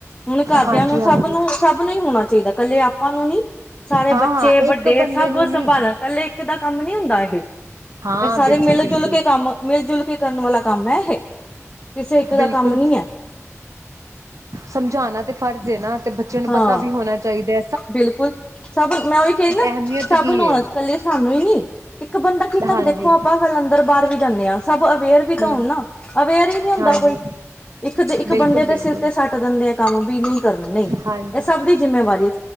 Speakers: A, on the left; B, on the right.
A: ਹੁਣ ਘਰਦਿਆਂ
B: ਹਾਂਜੀ
A: ਨੂੰ ਸਭ
B: ਹਾਂਜੀ
A: ਨੂੰ ਸਭ ਨੂੰ ਹੀ ਹੋਣਾ ਚਾਹੀਦਾ ਕੱਲੇ ਆਪਾਂ ਨੂੰ ਨੀ, ਸਾਰੇ
B: ਹਾਂ
A: ਬੱਚੇ
B: ਹਾਂ ਇੱਕ
A: ਵੱਡੇ
B: ਬੰਦੇ
A: ਸਭ
B: ਨੂੰ ਨੀ
A: ਸੰਭਾਲਣ ਕੱਲੇ ਇੱਕ ਦਾ ਕੰਮ ਨੀ ਹੁੰਦਾ ਇਹ
B: ਹਾਂ
A: ਇਹ ਸਾਰੇ
B: ਬਿਲਕੁਲ
A: ਮਿਲ
B: ਬਿਲਕੁਲ
A: ਜੁਲ ਕੇ ਕੰਮ ਮਿਲ ਜੁਲ ਕੇ ਕਰਨ ਵਾਲਾ ਕੰਮ ਹੈ ਇਹ ਕਿਸੇ ਇੱਕ ਦਾ
B: ਬਿਲਕੁਲ
A: ਕੰਮ ਨੀ ਹੈ
B: ਸਮਝਾਉਣਾ ਤੇ ਫਰਜ਼ ਹੈ ਨਾ ਤੇ ਬੱਚਿਆਂ ਨੂੰ
A: ਹਾਂ
B: ਪਤਾ ਵੀ ਹੋਣਾ ਚਾਹੀਦੈ
A: ਬਿਲਕੁਲ ਸਭ ਮੈਂ ਓਹੀ ਕਹਦੀ ਨਾ
B: ਅਹਿਮੀਅਤ
A: ਸਭ
B: ਕੀ
A: ਨੂੰ
B: ਹੈ
A: ਇਕੱਲੇ ਸਾਨੂੰ ਹੀ ਨੀ ਇੱਕ ਬੰਦਾ ਕਿੰਨਾ
B: ਹਾਂਜੀ
A: ਕੁ ਦੇਖੋ ਆਪਾਂ ਕੱਲ ਅੰਦਰ ਬਾਹਰ ਵੀ ਜਾਂਦੇ ਹਾਂ ਸਭ ਅਵੇਅਰ
B: ਹਮ
A: ਹੁਣ ਨਾ ਅਵੇਅਰ ਹੀ ਨਹੀਂੀ ਹੁੰਦਾ
B: ਹਾਂਜੀ
A: ਕੋਈ, ਇੱਕ ਇੱਕ
B: ਬਿਲਕੁਲ
A: ਬੰਦੇ
B: ਬਿਲਕੁਲ
A: ਦੇ ਸਿਰ ਤੇ ਸੱਟ ਦਿੰਦੇ ਆ ਕੰਮ ਵੀ ਨਹੀਂ ਕਰਨ ਨਹੀਂ
B: ਹਾਂਜੀ
A: ਇਹ ਸਭ ਦੀ ਜਿੰਮੇਵਾਰੀ